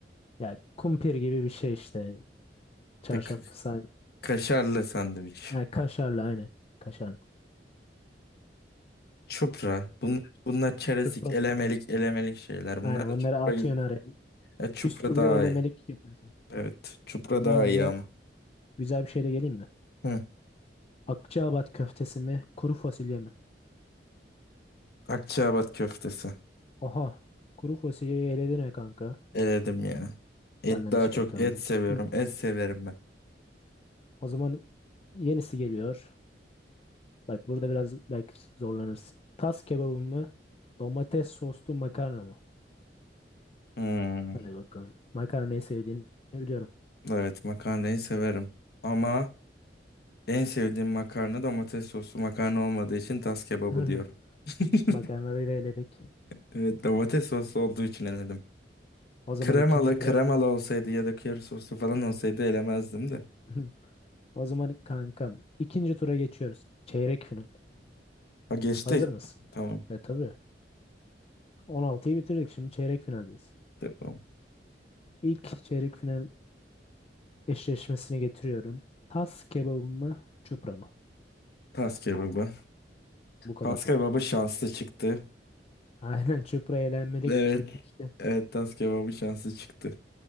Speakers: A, on the left; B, on the left.
A: Yani kumpir gibi bir şey işte. Çarşaflı
B: E, Ka-
A: sandviç.
B: kaşarlı sandviç
A: Yani kaşarlı aynen. Kaşarlı.
B: Çupra. Bunlar,
A: Yok,
B: bunlar çerezlik,
A: çupra
B: elemelik,
A: mı?
B: elemelik şeyler. Bunlar
A: Aynen
B: da
A: onları
B: çupra.
A: atıyorsun
B: gibi-
A: araya.
B: E, çupra
A: Üst turda
B: daha
A: elemelik
B: iyi.
A: yapıyorsun.
B: Evet. Çupra
A: O zaman
B: daha
A: güzel
B: iyi ama.
A: güzel bir şeyle geleyim mi?
B: Hı.
A: Akçaabat köftesi mi, kuru fasulye mi?
B: Akçaabat köftesi.
A: Oha. Kuru fasulyeyi eledin ha kanka.
B: Eledim ya. Et
A: Senden
B: daha
A: hiç
B: çok
A: beklemezdim.
B: et seviyorum.
A: Hı.
B: Et severim ben.
A: O zaman yenisi geliyor. Bak burada biraz belki zorlanırsın. Tas kebabı mı? Domates soslu makarna mı?
B: Hmm.
A: Hadi bakalım. Makarnayı sevdiğini biliyorum.
B: Evet makarnayı severim. Ama en sevdiğim makarna domates soslu makarna olmadığı için tas kebabı
A: <laughs>
B: diyorum. <laughs>
A: Makarnayı da eledik.
B: Evet domates soslu olduğu için eledim.
A: O zaman
B: Kremalı
A: ikinci tura
B: kremalı olsaydı ya da köri soslu falan olsaydı elemezdim de.
A: <laughs> o zaman kankam ikinci tura geçiyoruz. Çeyrek final.
B: Ha geçtik.
A: Hazır mısın?
B: Tamam.
A: E tabii. 16'yı bitirdik. Şimdi çeyrek finaldeyiz.
B: Tamam.
A: İlk çeyrek final eşleşmesini getiriyorum. Tas kebabı mı? Çupra mı?
B: Tas kebabı.
A: Bu kadar
B: Tas
A: çabuk.
B: kebabı şanslı çıktı.
A: <laughs> Aynen çıpra elenmelik
B: Evet.
A: gitmişti.
B: Evet tas kebabı şanslı çıktı.